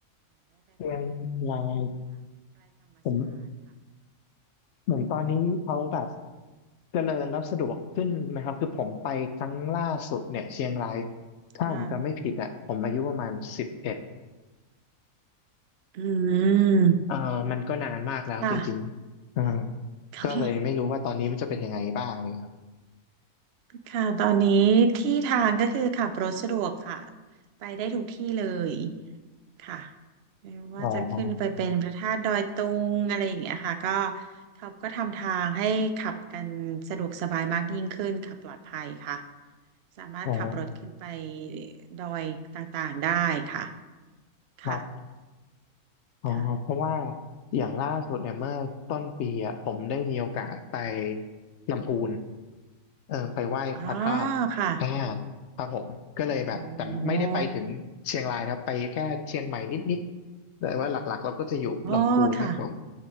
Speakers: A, on the left (about 65°); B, on the right (about 85°).
A: เชียงรายผมเหมือนตอนนี้เขาแบบเจริญแล้วสะดวกขึ้นนะครับคือผมไปครั้งล่าสุดเนี่ยเชียงรายถ้าผมจำไม่ผิดอ่ะผมอายุประมาณสิบเอ็ด
B: ค่ะ อืม
A: เออมันก็นานมากแล้วจริงๆอ่า
B: ค่ะ <laughs> ค่ะ
A: ก็เลยไม่รู้ว่าตอนนี้มันจะเป็นยังไงบ้างเลยครับ
B: ค่ะตอนนี้ที่ทางก็คือขับรถสะดวกค่ะไปได้ทุกที่เลยค่ะไม่ว่าจะขึ้นไปเป็นพระธาตุดอยตุงอะไรอย่างเงี้ยค่ะก็
A: อ๋อ
B: เขาก็ทำทางให้ขับกันสะดวกสบายมากยิ่งขึ้นค่ะปลอดภัยค่ะสามารถขับรถขึ้นไป
A: อ๋อ
B: ดอยต่างๆได้ค่ะค่ะ
A: ครับ อ๋อเพราะว่า
B: ค่ะ
A: อย่างล่าสุดเนี่ยเมื่อต้นปีอ่ะผมได้มีโอกาสไปลำพูนเออไปไหว้พระธาตุอ่า
B: อ๋อค่ะ
A: ครับผมก็เลยแบบแต่ไม่ได้ไปถึงเชียงรายนะครับไปแค่เชียงใหม่นิดๆแต่ว่าหลักๆเราก็จะอยู่ลำพูนมากกว่า
B: อ๋ออ๋อค่ะ